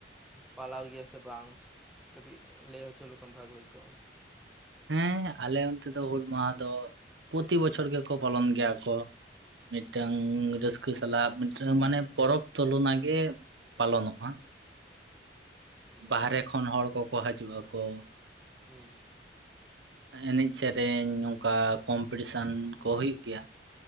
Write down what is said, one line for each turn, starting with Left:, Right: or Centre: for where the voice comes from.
Centre: ᱯᱟᱞᱟᱣ ᱜᱮᱭᱟ ᱥᱮ ᱵᱟᱝ ᱠᱟᱹᱴᱤᱡ ᱞᱟᱹᱭ ᱦᱚᱪᱚ ᱞᱮᱠᱷᱟᱱ ᱵᱷᱟᱜᱮ ᱦᱳᱭ ᱠᱚᱜᱼᱟ
Right: ᱦᱮᱸ ᱟᱞᱮ ᱚᱱᱛᱮ ᱫᱚ ᱦᱩᱹᱞ ᱢᱟᱦᱟ ᱫᱚ ᱯᱨᱚᱛᱤ ᱵᱚᱪᱷᱚᱨ ᱜᱮᱠᱚ ᱯᱟᱞᱚᱱ ᱜᱮᱭᱟ ᱠᱚ ᱢᱤᱫ ᱴᱟᱝ
Centre: ᱦᱩᱸ
Right: ᱨᱟᱹᱥᱠᱟᱹ ᱥᱟᱞᱟᱜ ᱢᱤᱫ ᱴᱟᱝ ᱢᱟᱱᱮ ᱯᱚᱨᱚᱵᱽ ᱛᱩᱞᱚᱱᱟ ᱜᱮ ᱯᱟᱞᱚᱱᱚᱜᱼᱟ
Centre: ᱦᱩᱸ
Right: ᱵᱟᱦᱨᱮ ᱠᱷᱚᱱ ᱦᱚᱲ ᱠᱚᱠᱚ ᱦᱤᱡᱩᱜ ᱟᱠᱚ
Centre: ᱦᱩᱸ
Right: ᱮᱱᱮᱡ ᱥᱮᱨᱮᱧ ᱚᱱᱠᱟ ᱠᱚᱢᱯᱤᱴᱤᱥᱮᱱ ᱠᱚ ᱦᱳᱭᱳᱜ ᱜᱮᱭᱟ